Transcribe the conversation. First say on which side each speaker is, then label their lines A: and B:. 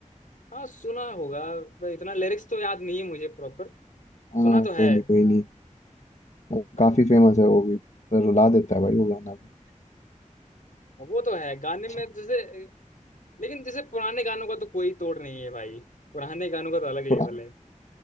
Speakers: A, on the left; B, on the left.
A: हाँ सुना होगा पर इतना लिरिक्स तो याद नहीं है मुझे प्रॉपर
B: हाँ
A: सुना तो है
B: कोई नहीं कोई
A: हाँ
B: नहीं और
A: तो,
B: काफी फेमस है वो भी पर रुला देता है भाई वो गाना भी
A: हाँ, वो तो है गाने में
B: अच्छा
A: जैसे लेकिन जैसे पुराने गानों का तो कोई तोड़ नहीं है भाई पुराने गानों का तो अलग लेवल
B: पुराना
A: है